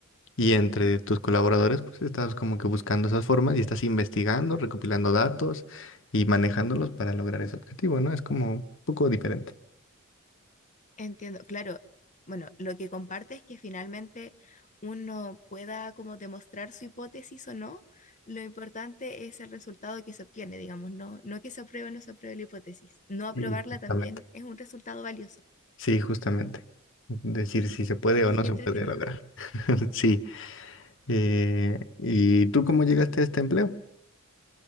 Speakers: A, on the left; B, on the left.
A: y entre
B: ujú.
A: tus colaboradores, pues estás como que buscando esas formas y estás investigando, recopilando datos y manejándolos para lograr ese objetivo, ¿no? Es como un poco diferente.
B: Entiendo. Claro. Bueno, lo que comparte es que finalmente uno pueda como demostrar su hipótesis o no. Lo importante es el resultado que se obtiene, digamos, no, no que se apruebe o no se apruebe la hipótesis. No aprobarla
A: Sí. Justamente.
B: también es un resultado valioso.
A: Sí, justamente. Decir si se puede
B: Oye,
A: o no
B: qué
A: se
B: entretenido.
A: puede lograr. <laughs> Sí. Eh, ¿y tú cómo llegaste a este empleo?